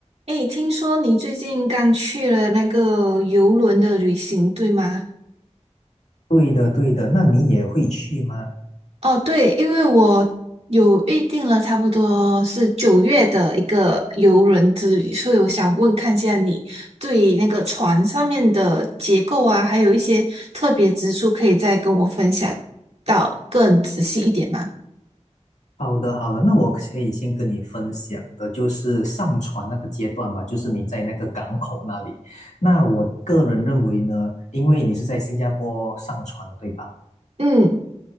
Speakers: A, on the right; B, on the left.
A: 诶，听说你最近刚去了那个游轮的旅行，对吗？
B: 对的，对的，那你也会去吗？
A: 哦，对，因为我有预定了，差不多是九月的一个游轮之旅，所以我想问看一下你对那个船上面的结构啊，还有一些特别之处，可以再跟我分享到更仔细一点吗？
B: 好的，好的，那我可以先跟你分享的就是上船那个阶段吧，就是你在那个港口那里。那我个人认为呢，因为你是在新加坡上船的，对吧？
A: 嗯。